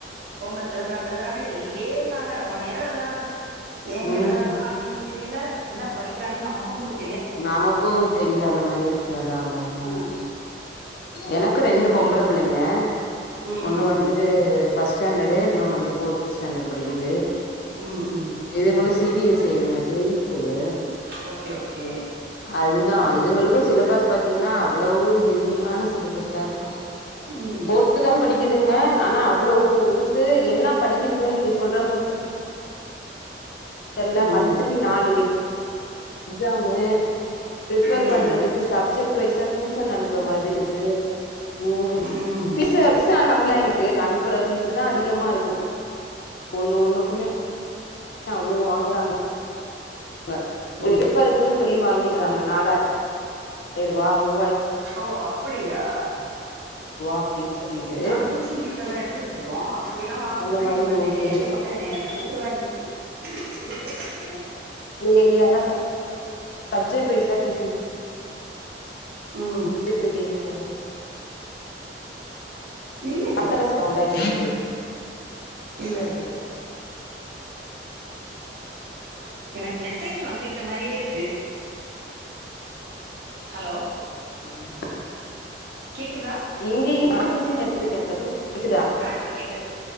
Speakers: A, on the right (about 60°); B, on the left (about 60°).
A: ஹோம் ஒர்க் எழுதறாங்க எழுதறாங்க எழுதிக்கிட்டே இருந்தாங்க ரொம்ப நேரோ எழுதறாங்க ஏ
B: ம்
A: எழுதறாங்கனு அவிங்களுக்கு தெரியல என்னப் படிக்கிறாங்கன் நமக்கும் புர்
B: நமக்கு தெரியாத மாரி இருக்கு அதா அதா ம்
A: ஆ
B: எனக்கு ரெண்டு பொம்பள பிள்ளைங்க
A: ம்
B: ஒன்னு
A: ம்
B: வந்து ஃபஸ்ட் ஸ்டாண்டடு இன்னொன்னு வந்து ஃபோர்த் ஸ்டாண்டட் படிக்குது
A: ம் ம்
B: இதுங்களு சி பி எஸ் இ இதுங்க K V school
A: okay okay
B: அதுதா இதுங்களுக்கு சிலபஸ் பாத்தீங்கினா அவ்ளோவ் ஹெவியான சிலபஸ்தா இருக்கு
A: ம் ம்
B: ஃபோர்த்துதா படிக்குதுங்க ஆனா அவ்ளவு இருக் கு என்னாப் படிக்குதுங்கன் நீங்க சொல்ற மார்த் தெர்ல
A: ம்
B: மந்த்திலி நாலு எய் எக்ஸாமு பிரிப்பேர்
A: ம்
B: பண்றதுக்கு சப் ஜட் வைசா டியூஷன் அனுப்ப மாதிர்ருக்கு ம்
A: ம்
B: ஃபீஸே ஃபிஸ் சான் கம்மிதா எங்கக்கு அனுப்புற பீஸ்சுதா அதிகமா இருக்கு ஒன்னு ஒன்னுக்குமே அவ்ளோ வாங்கறாங் க
A: ம்
B: ஒரு
A: ம்
B: பேப்பருக்குன் சொல்லி வாங்கிர்றாங்க நாலாயிரபா மூவாயி
A: ஓ அப்புடியா
B: ரூவா அப்டின்னு சொல்லிட்டு
A: நா டியூஷன் வீட்லதா எடுத் த்துக்கிட்ருக்கோ அப்பிடிலா வாங்குனோம்னா
B: அந்த மாரி
A: எங்க வன்
B: ஓடுது
A: எங்க ஏரியாப் பக்கோ என்னைய வெளுத்துருவாய்ங்க வெளுத்துருவாய்ங்க எனய
B: ஏரியாலா ச சப்ஜெக்ட் வைஸா டியூசன்
A: ம்
B: எட்த்துட்ருக்கீங்ளோ
A: இல்லையே
B: ஆத்தர சவுண்ட்டா கேக்குது
A: இல்ல இல்ல இல்ல எனக்கு மெசேஜ் வந்துகிட்ட மாரியே இருக்கு ஹலோ.
B: ம்.
A: கேக்குதா.
B: இங்கேயு நா டியூஷன் எடுத்து இருக்கே பிளஸ் டூ கேக்குதா
A: ஆ இப்ப கேக்குது